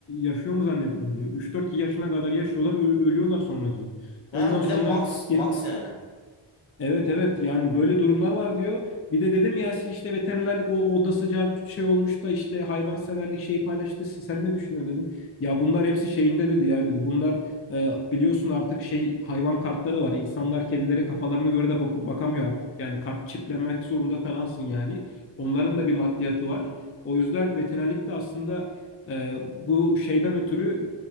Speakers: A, on the left; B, on the left.
A: yaşıyor mu zannediyorsun diyor. 3-4 yaşına kadar yaşıyorlar, ö- ölüyorlar sonra diyor.
B: Yani
A: Ondan sonra
B: bir de max
A: ge-
B: max yani.
A: Evet evet yani böyle durumlar var diyor. Bir de dedim ya siz işte veterinerlik o odası cart şey olmuş da işte hayvanseverlik şeyi paylaştı. Siz- Sen ne düşünüyorsun dedim. Ya bunlar hepsi şeyinde dedi ya dedi. Bunlar e, biliyorsun artık şey hayvan kartları var. İnsanlar kedilere kafalarına göre de bak- bakamıyor artık. Yani kart çiplenmek zorunda falansın yani. Onların
B: Hı hı.
A: da bir maddiyatı var. O yüzden veterinerlik de aslında e, bu şeyden ötürü